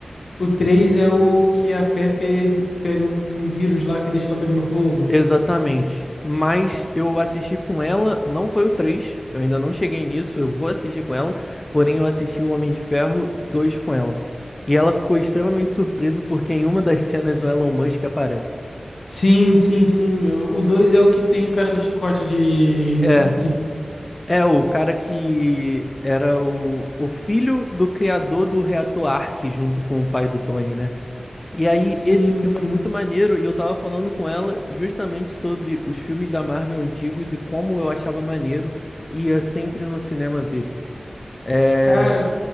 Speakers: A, on the left; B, on the left.
A: O 3 é o que a Pepper pega um, um vírus lá que deixa ela pegando fogo.
B: Exatamente. Mas eu assisti com ela, não foi o 3. eu ainda não cheguei nisso, eu vou assistir com ela, porém eu assisti o Homem de Ferro 2 com ela. E ela ficou extremamente surpresa porque em uma das <laughs> cenas o Elon Musk aparece.
A: Sim, sim, sim. É, O 2 é o que tem o cara do chicote de...
B: É,
A: de-
B: é o cara que era o, o filho do criador do reator Ark junto com o pai do Tony, né? E aí,
A: Sim,
B: esse filme
A: sim.
B: é muito maneiro, e eu tava falando com ela justamente sobre os filmes da Marvel antigos e como eu achava maneiro e ia sempre no cinema ver. É...
A: Cara,